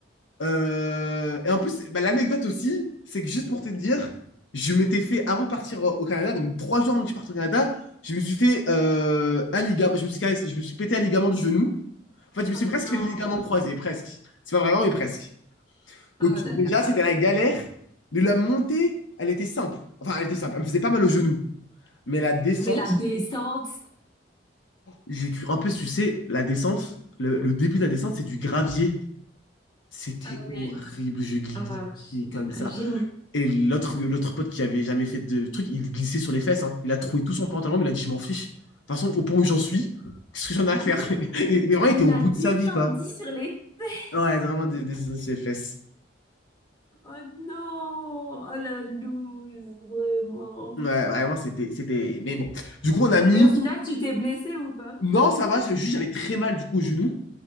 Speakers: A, on the left; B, on the left.
A: Euh, et en plus, bah, l'anecdote aussi, c'est que juste pour te dire, je m'étais fait, avant de partir au au Canada, donc trois jours avant que je parte au Canada, je me suis fait euh, un ligament, je me suis, caressé- je me suis pété un ligament du genou. En fait, je me
B: oh
A: suis presque
B: non!
A: fait les ligaments croisés, presque. C'est pas vraiment, mais presque.
B: Oh
A: Donc
B: là
A: déjà,
B: là!
A: c'était la galère, mais la montée, elle était simple. Enfin, elle était simple, elle me faisait pas mal au genou. Mais la descente,
B: Mais la descente,
A: j'ai cru, en plus, tu sais, la descente, le, le début de la descente, c'est du gravier. C'était
B: Ah
A: horrible,
B: oui!
A: je glissais
B: ah, j'imagine.
A: comme ça. Et l'autre, l'autre pote qui avait jamais fait de truc, il glissait sur les fesses. hein. Il a troué tout son pantalon, mais il a dit, je m'en fiche. De toute façon, au point où j'en suis, <laughs> qu'est-ce que j'en ai à faire?
B: Oh,
A: <laughs> Mais vraiment, il
B: il
A: était au
B: a
A: bout
B: descendu
A: de sa vie, quoi.
B: sur les
A: Ouais, vraiment,
B: feux.
A: des des sur les fesses.
B: Oh non! Oh la loose, vraiment.
A: Ouais, vraiment, c'était, c'était... Mais bon, du coup, on a mis...
B: Et au final, tu t'es blessé ou pas?
A: Non, ça va, c'est juste, j'avais très mal, du coup, au genou.